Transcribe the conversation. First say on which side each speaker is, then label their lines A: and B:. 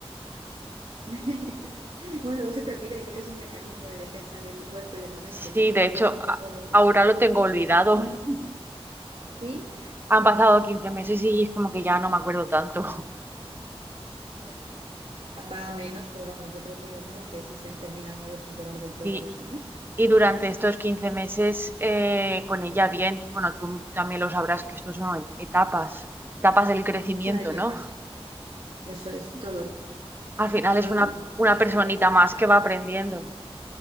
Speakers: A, on the right (about 65°); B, on the right (about 20°).
A: <laughs> Bueno, luego se te olvida y dice que es un mecanismo de defensa del cuerpo y de la mente,
B: Sí,
A: ¿no? Olvidar
B: de hecho,
A: un poco
B: a- ahora lo
A: esos
B: tengo
A: procesos.
B: olvidado. <laughs>
A: Sí,
B: Han pasado 15 meses y es como que ya no me acuerdo tanto. <laughs>
A: bueno, va a menos, pero vamos, yo creo que no lo sé si se termina de superar del todo
B: Sí,
A: eso, ¿eh?
B: Y durante
A: No lo sé.
B: estos 15 meses eh, con ella bien, bueno, tú, tú también lo sabrás que estos son etapas, etapas del crecimiento,
A: Son etapas.
B: ¿no?
A: Eso es todo.
B: Al final
A: Todo,
B: es una, una
A: piensas,
B: personita
A: la época
B: más
A: más tranquila
B: que va aprendiendo.
A: es cuando nacen.